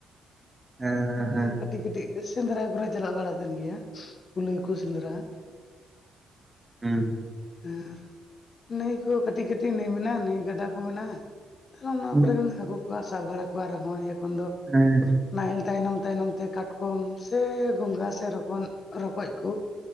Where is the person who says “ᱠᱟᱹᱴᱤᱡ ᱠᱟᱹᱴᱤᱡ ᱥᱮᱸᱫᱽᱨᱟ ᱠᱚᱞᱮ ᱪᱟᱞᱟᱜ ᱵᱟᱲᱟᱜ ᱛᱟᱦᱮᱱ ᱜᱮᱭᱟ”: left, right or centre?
Left